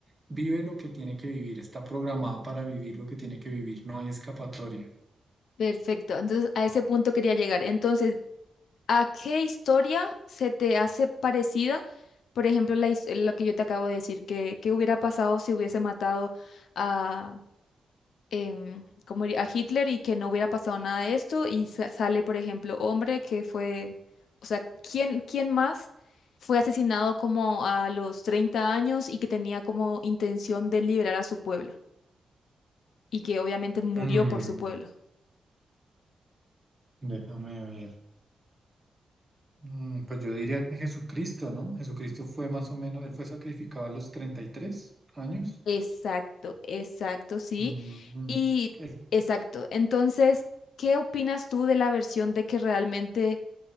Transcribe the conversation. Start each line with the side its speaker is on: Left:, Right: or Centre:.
Right: vive lo que tiene que vivir, está programada para vivir lo que tiene que vivir, no hay escapatoria.
Left: perfecto. Entonces, a ese punto quería llegar. Entonces, ¿a qué historia se te hace parecida? Por ejemplo, la, his- lo que yo te acabo de decir, que, qué hubiera pasado si hubiese matado a, em, ¿cómo diría? a Hitler y que no hubiera pasado nada de esto y sa- sale, por ejemplo, hombre que fue, o sea, ¿quién, quién más fue asesinado como a los 30 años y que tenía como intención de liberar a su pueblo y que obviamente murió
Right: Mm,
Left: por su pueblo?
Right: déjame ver. Mm, pues yo diría que Jesucristo, ¿no? Jesucristo fue más o menos, él fue sacrificado a los 33 años.
Left: Exacto, exacto, sí.
Right: Mm,
Left: Y
Right: el-
Left: exacto. Entonces, ¿qué opinas tú de la versión de que realmente,